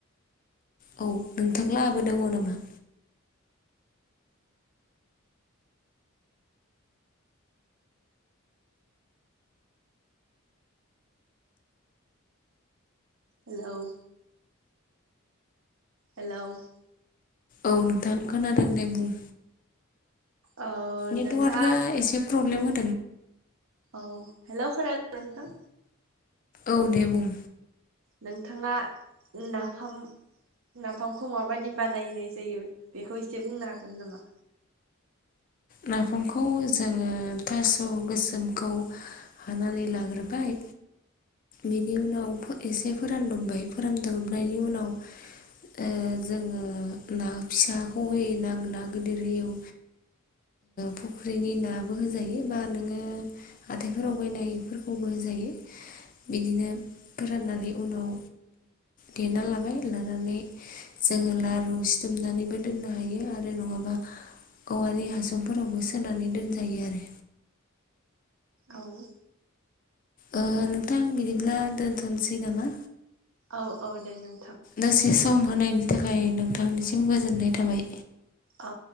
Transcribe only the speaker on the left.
औ नोंथांला आबो दङ नामा?
औ नोंथां खोनादों दे बुं
नेटवर्का
एसे प्रब्लेम <inaudible>
औ दे बुं।
नाफामखौ जोङो थास' गोसोमखौ हानानै लाग्रोबाय बेनि उनाव एसे फोरानदुमबाय फोरानदुमनायनि उनाव ओ जोङो ना फिसाखौ होय ना ना गिदिर होयो फुख्रिनि नाबो होजायो बा नोङो हाथायफोराव बायनायफोरखौबो होजायो बिदिनो फोराननानै उनाव देना लाबाय लानानै जोङो लारु सिथुमनानैबो दोननो हायो आरो नङाबा औवानि हासुं बिजौफोरावबो सोनानै दोनजायो आरो।
ओ नोंथां बिदिब्ला दोनथ'नोसै नामा।
दसे सम। सम होनायनि थाखाय नोंथांनिसिम गोजोन्नाय थाबाय।